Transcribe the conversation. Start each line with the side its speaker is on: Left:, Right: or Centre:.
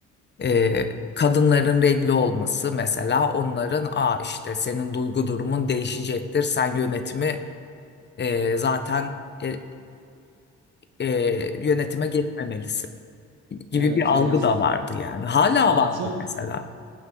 Left: e, kadınların regli olması mesela onların aa işte senin duygu durumun değişecektir. Sen yönetimi e, zaten e, e, yönetime geçmemelisin gibi
Right: Evet
Left: bir
Right: ya
Left: algı
Right: da işte
Left: da vardı yani. Hala
Right: yani
Left: vardı
Right: çok
Left: mesela.